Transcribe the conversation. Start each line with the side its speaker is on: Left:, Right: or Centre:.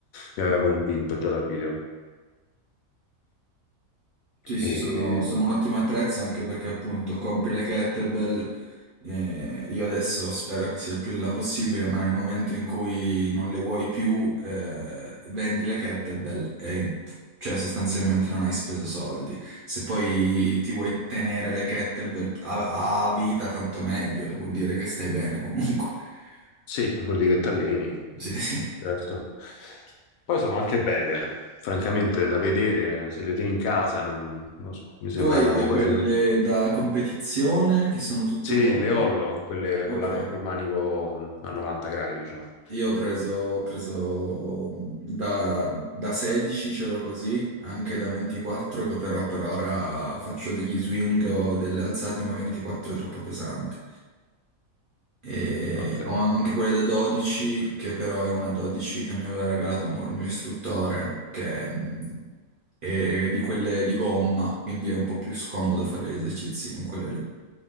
Left: Mi aveva convinto già dal video.
Right: Sì, sì,
Left: E
Right: sono, sono un ottimo attrezzo anche perché appunto compri le kettlebell. eh, io adesso spero che sia il più là possibile, ma nel momento in cui non le vuoi più, eh, vendi le kettlebell e cioè sostanzialmente non hai speso soldi. Se poi ti vuoi tenere le kettlebell a, a vita, tanto meglio, vuol dire che stai bene comunque. <laughs>
Left: Sì, vuol dire che ti alleni,
Right: Sì, sì.
Left: certo. Poi sono anche belle, francamente, da vedere, se le tieni in casa, non, non so, mi sembrano
Right: Tu hai, hai
Left: quasi...
Right: quelle
Left: no.
Right: da competizione che sono tutte
Left: Sì,
Right: uguali?
Left: le Hollow, quelle
Right: Ok.
Left: con la- col manico a 90 gradi, diciamo.
Right: Io ho preso, ho preso mhmm, da, da 16, c'ero così, anche da 24, che però per ora faccio degli swing o delle alzate, ma 24 è troppo pesante. E
Left: Ok.
Right: ho anche quelle da 12, che però è una 12 che mi aveva regalato il mio istruttore, che mh, è di quelle di gomma, quindi è un po' più scomodo fare gli esercizi con quelle lì.